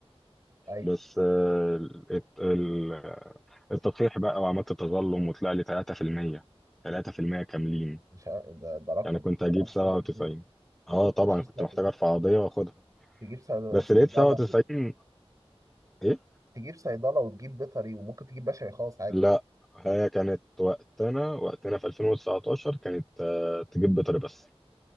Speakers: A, on the right; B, in the centre.
A: ايوه
B: بس آه، الت- ال- التطفيح بقى وعملت تظلم وطلع لي 3% 3% كاملين
A: مش ع- ده, ده رقم
B: يعني كنت
A: 97%
B: هجيب 97
A: كنت
B: اه طبعا
A: مش لسه
B: كنت محتاج ارفع قضية واخدها
A: تجيب صيد-
B: بس
A: صيدلة
B: لقيت 97 ايه
A: تجيب صيدلة وتجيب بيطري وممكن تجيب بشري خاص عادي
B: لا هي كانت وقتنا وقتنا في 2019 كانت آه، تجيب بيطري بس